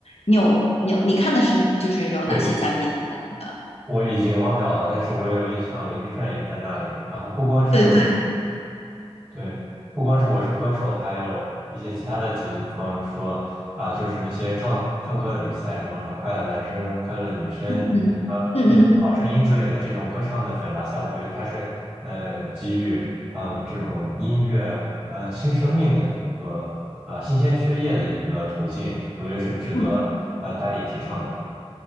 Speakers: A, on the left (about 75°); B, on the right (about 20°).
A: 你有你有你看的是就是有哪些嘉宾参与的？
B: 对。我已经忘掉了，但是我也有印象，林志炫也在那里。然后不光是
A: 对对，
B: 对，不光是我是歌手，还有一些其他的节目，比方说啊、就是一些唱唱歌的比赛，比方说《快乐男声》《快乐女声》啊、
A: 嗯嗯嗯
B: 那《好声音》之类的这种歌唱的选拔赛，我觉得它是呃给予呃这种音乐呃新生命的一个啊、新鲜血液的一个途径，我觉得是值得呃大力提倡的。
A: 嗯